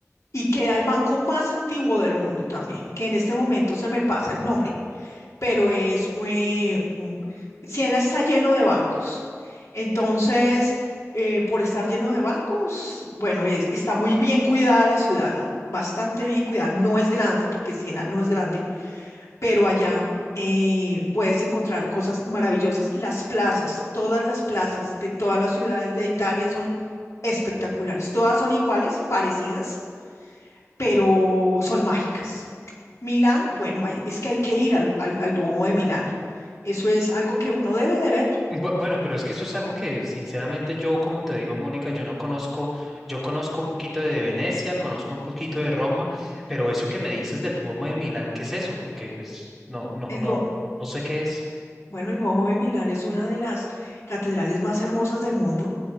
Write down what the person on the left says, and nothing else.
Y queda el banco más antiguo del mundo también, que en este momento se me pasa el nombre pero es eh, un, Siena está lleno de bancos. Entonces, eh, por estar lleno de bancos, bueno, es- está muy bien cuidada la ciudad, ¿no? Bastante bien cuidada. No es grande, porque Siena no es grande, pero allá eh, puedes encontrar cosas maravillosas. Las plazas, todas las plazas de todas las ciudades de Italia son espectaculares. Todas son iguales, parecidas, pero son mágicas. Milán, bueno, hay- es que hay que ir al, al, al Duomo de Milán. Eso es algo que uno debe de ver.
El
Duo-
bueno, el Duomo de Milán es una de las catedrales más hermosas del mundo,